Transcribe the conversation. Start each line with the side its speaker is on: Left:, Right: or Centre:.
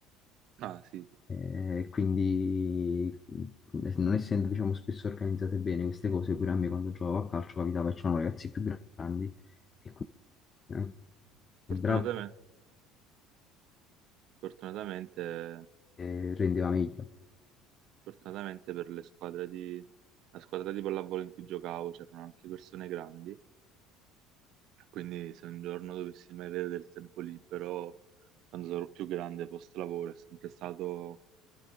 Right: Ah sì, sì.
Left: E quindi, mh, non essendo, diciamo, spesso organizzate bene queste cose, pure a me quando giocavo a calcio capitava che c'erano ragazzi più grandi e quindi anche il
Right: Fortunatamente,
Left: bravo
Right: fortunatamente,
Left: eh, rendeva meglio.
Right: fortunatamente per le squadre di, la squadra di pallavolo in cui giocavo c'erano anche persone grandi Quindi se un giorno dovessi mai avere del tempo libero, quando sarò più grande post lavoro, è sempre stato